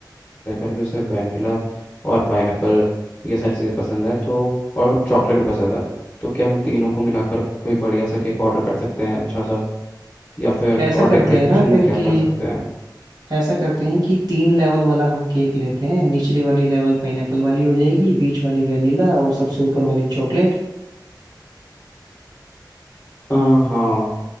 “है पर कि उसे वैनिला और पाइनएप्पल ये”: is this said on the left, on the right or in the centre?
Left